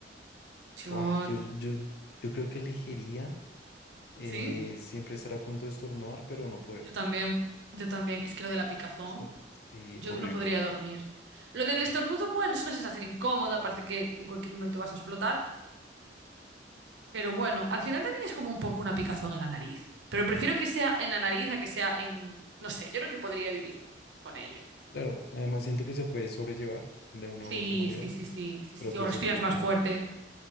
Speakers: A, on the right; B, on the left.
A: Yo,
B: Guau, yo, yo, yo creo que elegiría eh,
A: sí,
B: siempre estar a punto de estornudar, pero no poder.
A: yo también, yo también. Es que lo de la picazón.
B: Es que, sí,
A: Yo
B: horrible.
A: no podría dormir. Lo del estornudo, bueno, es una sensación incómoda, parece que en cualquier momento vas a explotar, pero bueno, al final también es como un poco una picazón en la nariz. Pero prefiero que sea en la nariz a que sea en, no sé, yo creo que podría vivir con ello.
B: Claro, además siento que se puede sobrellevar de una
A: Sí,
B: u otra manera.
A: sí, sí, sí, sí,
B: pero
A: sí, sí.
B: pues
A: O respiras
B: se puede
A: más
B: como,
A: fuerte.